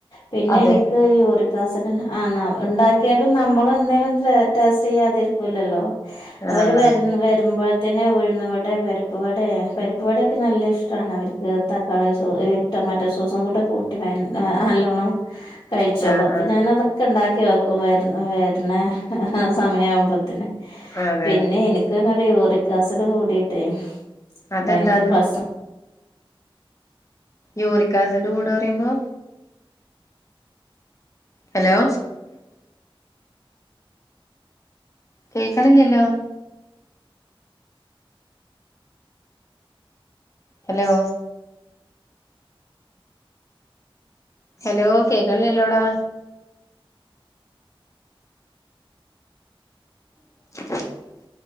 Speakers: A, on the left; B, on the left.
A: പിന്നെ
B: അതെ
A: എനിക്ക് ഈ യുറക്കാസിഡ് ആ ഉണ്ടാക്കിയാലും നമ്മൾ എന്തേലും ടേസ്റ്റ് ചെയ്യാതരിക്കൂില്ലല്ലല്ലോ അവര്
B: ആഹ്
A: വര വരുമ്പോ തനെ ഉഴുന്നവട പരിപ്പ്ുവട പരിപ്പ്ുവടയൊക്കെ നല്ല ഇഷ്ടമാണ് അവർക്ക് തക്കാളി സോസ് മറ്റ സസം കൂടെ കൂട്ടി നല്ലോണം കഴിച്ചോുള്ളു
B: ആഹ്
A: അപ്പ
B: ആഹ്
A: ഞാന അതൊക്കെ ഉണ്ടാക്കി <unintelligible> ഇക്ക് ഒറക്കം വര്ണ് ആ സമയാവ
B: അതെ
A: പിന്നെ എനിക്ക്ങ്ങടെ യൂറിക്കാസ് ട് കൂടിട്ടേ
B: അതെന്താ
A: ഭയങ്കര
B: അത്
A: പ്രശ്നം
B: യൂറിക് ആസിഡ് കൂടുന്നു പറയുമ്പോ ഹലോ കേക്കണില്ലല്ലോ ഹലോ ഹലോ കേക്കല്ലേലോടാ <inaudible>